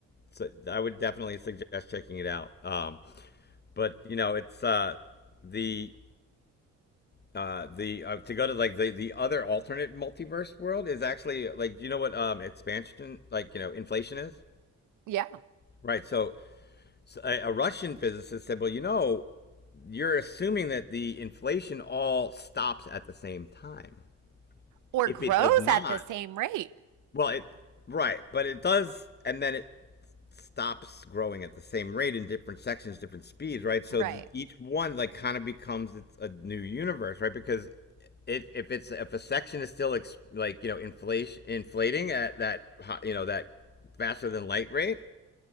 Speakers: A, on the left; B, on the right.
A: So I would definitely suggest checking it out. Um, but you know, it's uh, the uh, the uh, to go to like the, the other alternate multiverse world is actually like do you know what um, expansion like you know inflation is
B: Yeah.
A: right so, so a, a Russian physicist said well you know you're assuming that the inflation all stops at the same time
B: Or
A: if
B: grows
A: it does not
B: at the same rate.
A: well it right but it does and then it stops growing at the same rate in different sections, different speeds, right? So
B: Right.
A: th- each one like kind of becomes it's a new universe, right? Because it, if it's if a section is still ex, like you know inflation inflating at that you know that faster than light rate,